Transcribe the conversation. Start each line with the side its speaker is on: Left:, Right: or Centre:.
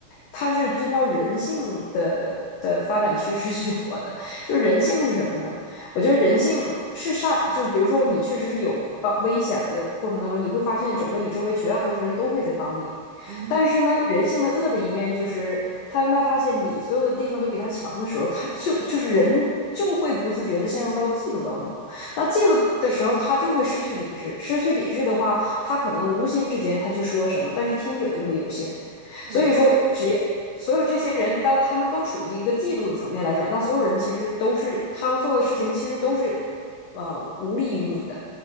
Left: 他是遵照人性的的发展趋势去活的。<laughs> 就人性是什么呢？我觉得人性是善，就是比如说你确实是有帮危险了的过程当中，你会发现整个你周围绝大多数人都会在帮你。
Right: 嗯哼，
Left: 但是呢，人性的恶的一面就是，他当他发现你所有的地方都比他强的时候，他就就是人就会不自觉的陷入到嫉妒当中。那嫉妒的时候，他就会失去理智，失去理智的话，他可能无心之间他去说什么，但是听者就会有心。
Right: 嗯
Left: 所以说，只所有这些人，当他们都处于一个嫉妒的层面来讲，那所有人其实都是他做的事情，其实都是呃无利于你的。